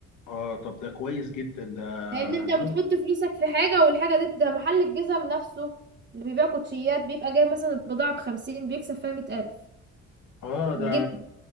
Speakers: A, on the left (about 80°); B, on the right (about 35°).
A: اه طب ده كويس جدا ده
B: لان انت
A: يعني
B: بتحط فلوسك في حاجه والحاجه دي ده محل الجزم نفسه اللي بيبيع كوتشيات بيبقى جايب مثلا البضاعه بخمسين بيكسب فيها مية الف
A: اه ده
B: الجزم